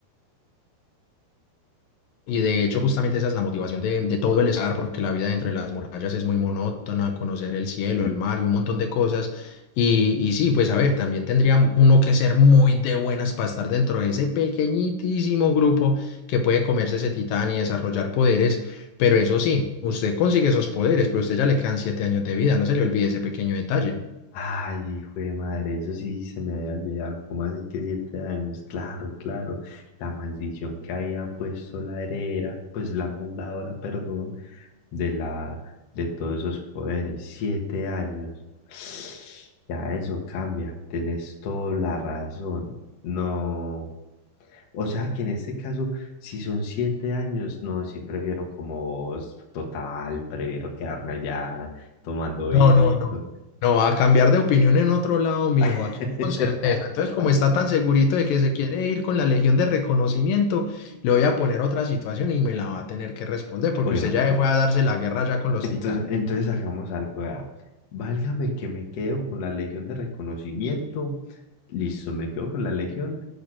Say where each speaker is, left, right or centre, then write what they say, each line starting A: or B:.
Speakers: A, on the left; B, on the left.
A: Y de hecho, justamente esa es la motivación de, de todo el estar, porque la vida dentro de las murallas es muy monótona, conocer el cielo, el mar y un montón de cosas. Y, y sí, pues a ver, también tendría uno que ser muy de buenas para estar dentro de ese pequeñitísimo grupo que puede comerse ese titán y desarrollar poderes. Pero eso sí, usted consigue esos poderes, pero a usted ya le quedan siete años de vida, no se le olvide ese pequeño detalle.
B: Ay, hijo de madre, eso sí se me había olvidado, ¿cómo así que siete años? Claro, claro, la maldición que había puesto la heredera, pues la fundadora, perdón, de la, de todos esos poderes. Siete años. <sighs> Ya eso cambia. Tenés toda la razón. No. O sea que en este caso, si son siete años, no, sí prefiero como vos, total, prefiero quedarme allá tomando vinito.
A: No, no, no. No, a cambiar de opinión en otro lado, mijo,
B: <laughs>
A: aquí con certeza. Entonces, como está tan segurito de que se quiere ir con la Legión de Reconocimiento, le voy a poner otra situación y me la va a tener que responder, porque
B: Bueno,
A: usted ya fue a darse la guerra ya con los
B: entonces,
A: titanes.
B: entonces hagamos algo ya. Válgame que me quedo con la Legión de Reconocimiento. Listo, me quedo con la Legión,